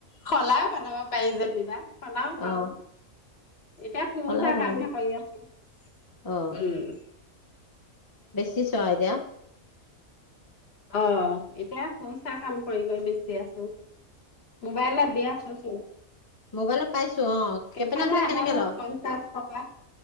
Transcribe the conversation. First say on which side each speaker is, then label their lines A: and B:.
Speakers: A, on the left; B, on the left.
A: সলাইও পেলাব পাৰি যেনিবা। সলাও পাৰোঁ।
B: অ
A: এতিয়া কুৰচা
B: সলাই বনাবি
A: কামহে কৰি আছো। উম।
B: অ শিকিছ আও এতিয়া।
A: অ' এতিয়া কুৰচা কাম কৰি কৰি বেচি আছো। মোবাইলত দি আছোচোন।
B: মোবাইলত পাইছো অ
A: কেপেনে
B: কেপেনা বিলাক
A: এডালত
B: কেনেকে ল
A: পঞ্চাশ টকা,